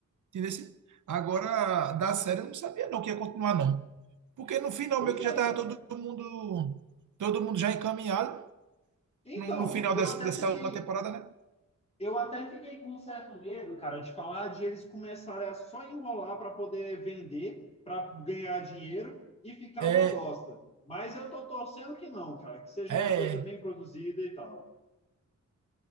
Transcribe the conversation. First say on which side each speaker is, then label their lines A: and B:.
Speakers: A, on the right; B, on the left.
A: entendeu? Assim? Agora, da série eu não sabia não que ia continuar não. Porque no final
B: pois
A: meio que
B: é,
A: já tava
B: cara.
A: todo mundo, todo mundo já encaminhado
B: Então,
A: no, no final
B: eu
A: dessa,
B: até
A: dessa
B: fiquei,
A: última temporada, né?
B: eu até fiquei com um certo medo, cara, de falar de eles começarem a só enrolar para poder vender, para ganhar dinheiro e ficar
A: É,
B: uma bosta. Mas eu tô torcendo que não, cara, que seja
A: é,
B: uma coisa bem produzida e tal.